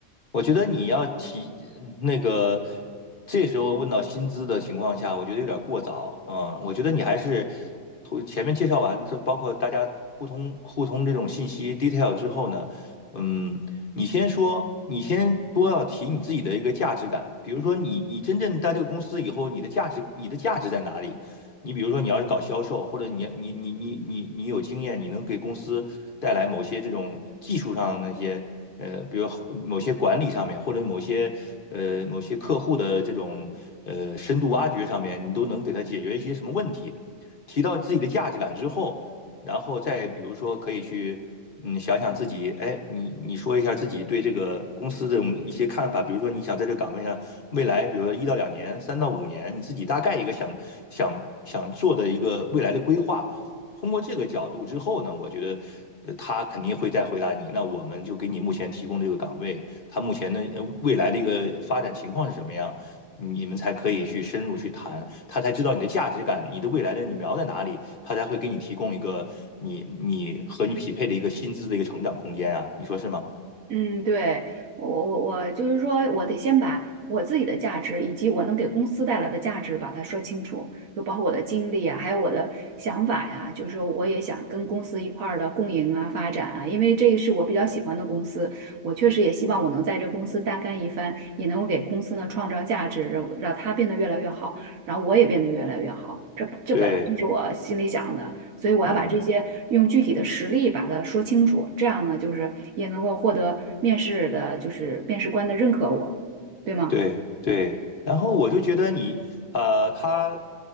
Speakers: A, on the left (about 45°); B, on the right (about 80°).
A: 我觉得你要提那个，这时候问到薪资的情况下，我觉得有点过早。嗯，我觉得你还是头前面介绍完，这包括大家互通互通这种信息 detail 之后呢，嗯，你先说，你先多要提你自己的一个价值感。比如说你，你真正在这个公司以后，你的价值，你的价值在哪里？你比如说，你要是搞销售，或者你你你你你你有经验，你能给公司带来某些这种技术上的那些。呃，比如某些管理上面，或者某些呃某些客户的这种呃深度挖掘上面，你都能给他解决一些什么问题？提到自己的价值感之后，然后再比如说可以去嗯想想自己，哎，你你说一下自己对这个公司这种一些看法，比如说你想在这个岗位上未来，比如说一到两年、三到五年，你自己大概一个想想想做的一个未来的规划。通过这个角度之后呢，我觉得呃他肯定会再回答你。那我们就给你目前提供这个岗位，他目前的呃未来的一个发展情况是什么样，你们才可以去深入去谈，他才知道你的价值感，你的未来的你瞄在哪里，他才会给你提供一个你你和你匹配的一个薪资的一个成长空间啊，你说是吗？
B: 嗯，对，我我我就是说，我得先把我自己的价值以及我能给公司带来的价值把它说清楚，就包括我的经历啊，还有我的想法呀、就是说，我也想跟公司一块儿的共赢啊、发展啊，因为这是我比较喜欢的公司，我确实也希望我能在这公司大干一番，也能够给公司呢创造价值，让让它变得越来越好，然后我也变得越来越好。这这本来就是我心里想的。
A: 对，
B: 所以我要把这些用具体的实例把它说清楚，
A: 嗯。
B: 这样呢，就是也能够获得面试的，就是面试官的认可我，对吗？
A: 对对，然后我就觉得你，呃，他